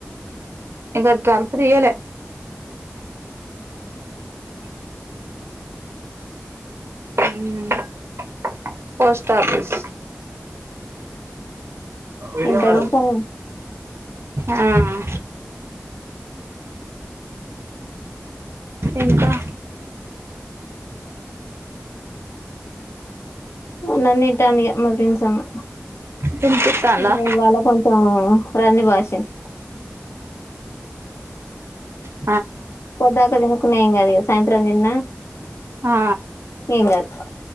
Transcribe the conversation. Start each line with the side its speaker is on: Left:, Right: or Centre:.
Right: ఇంకా తలుపు తీయలే ఉ పోస్ట్ ఆఫిస్ ఏడియా
Left: ఎంత
Right: మచ్చ
Left: గంటని
Right: ఆ ఇంకా
Left: నను టాందిగం మా ఫ్రెండ్స్ అమ్మ
Right: వినిపిత్తాందా
Left: ఇ ఇవాళ కొంచెం ప్రంది భాషన్
Right: ఆ
Left: పొద్దాక తినుకున్న ఏం కాదు ఈగ సాయ త్రం తిన్న
Right: ఆ
Left: ఏం గాదు